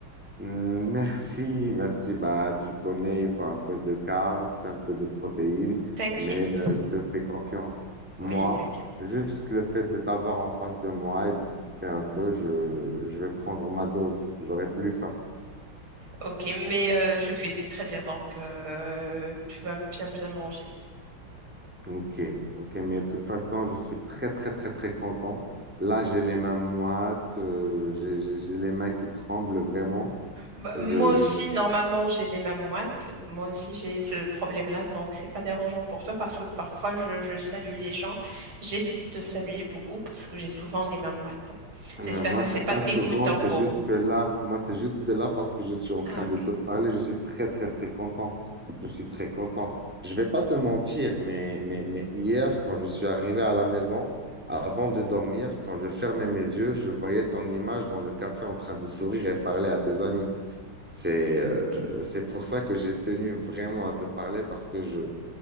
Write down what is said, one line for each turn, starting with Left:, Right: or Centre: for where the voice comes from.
Centre: mm, Merci, merci. Bah, tu connais, il faut un peu de carbs, un peu de protéines,
Right: T'inquiète.
Centre: mais euh, je te fais confiance. Moi,
Right: Oui, t'inquiète.
Centre: juste le fait de t'avoir en face de moi et discuter un peu, je, je vais prendre ma dose. J'aurai plus faim.
Right: Ok, mais euh, je cuisine très bien, donc euh, tu vas bien, bien manger.
Centre: Ok, ok, mais de toute façon, je suis très, très, très, très content. Là, j'ai les mains moites, euh, j'ai j'ai- j'ai les mains qui tremblent vraiment.
Right: Bah,
Centre: Je,
Right: moi aussi,
Centre: je, je-
Right: normalement, j'ai les mêmes moites. Moi aussi, j'ai ce problème-là, donc c'est pas dérangeant pour toi parce que parfois, je, je salue les gens. J'évite de saluer beaucoup parce que j'ai souvent les mêmes moites.
Centre: Euh,
Right: J'espère
Centre: moi,
Right: que
Centre: c'est
Right: c'est pas
Centre: pas
Right: dégoûtant
Centre: souvent, c'est
Right: pour
Centre: juste
Right: vous.
Centre: que là, moi, c'est juste que là, parce que je suis en train
Right: Ah, ok.
Centre: de te parler, je suis très, très, très content. Je suis très content. Je vais pas te mentir, mais, mais, mais hier, quand je suis arrivé à la maison, avant de dormir, quand je fermais mes yeux, je voyais ton image dans le café en train de sourire et parler à tes amis. C'est euh,
Right: Ok.
Centre: c'est pour ça que j'ai tenu vraiment à te parler parce que je,